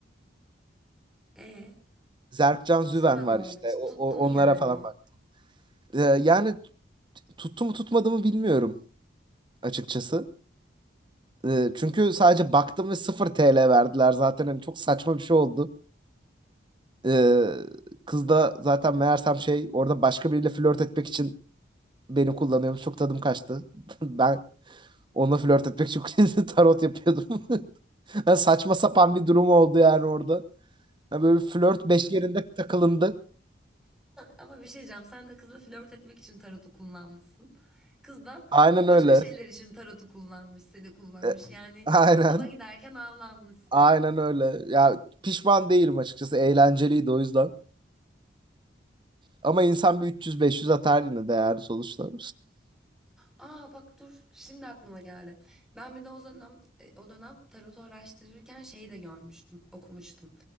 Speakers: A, in the centre; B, on the right.
A: E
B: Zerkcan Züven
A: sonra ne
B: var
A: oldu?
B: işte. O,
A: Tuttu
B: o-
A: mu
B: onlara
A: yani?
B: falan bak. Ee, yani t- tuttu mu tutmadı mı bilmiyorum açıkçası. Ee, çünkü sadece baktım ve 0 TL verdiler zaten. Hani çok saçma bir şey oldu. Ee, kız da zaten meğersem şey orada başka biriyle flört etmek için beni kullanıyormuş. Çok tadım kaçtı. <laughs> Ben Onunla flört etmek için <laughs> tarot yapıyordum. <laughs> Ha, saçma sapan bir durum oldu yani orada. Ha, böyle bir flört beşgeninde takılındı.
A: Ama bir şey diyeceğim. Sen de kızla flört etmek için tarotu kullanmışsın. Kız da
B: Aynen
A: başka
B: öyle.
A: şeyler için tarotu kullanmış, seni kullanmış.
B: E,
A: Yani
B: aynen.
A: ava giderken avlanmışsın.
B: Aynen öyle. Ya pişman değilim açıkçası. Eğlenceliydi o yüzden. Ama insan bir 300-500 atar yine değer sonuçta.
A: Aa bak dur. Şimdi aklıma geldi. Ben bir de o dönem, e, o dönem tarotu araştırırken şeyi de görmüştüm, okumuştum.